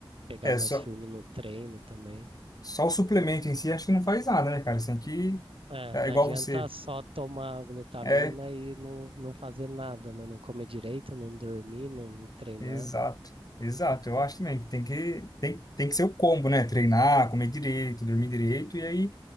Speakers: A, on the right (about 75°); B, on the left (about 45°).
A: pegar
B: é
A: mais
B: só,
A: firme no treino também.
B: só o suplemento em si acho que não faz nada, né, cara? Você tem que.
A: É,
B: É
A: não
B: igual
A: adianta
B: você.
A: só tomar glutamina
B: É,
A: e não, não fazer nada, né? Não comer direito, não dormir, não treinar.
B: exato. Exato. Eu acho também que tem que, tem, tem que ser o combo, né? Treinar, comer direito, dormir direito, e aí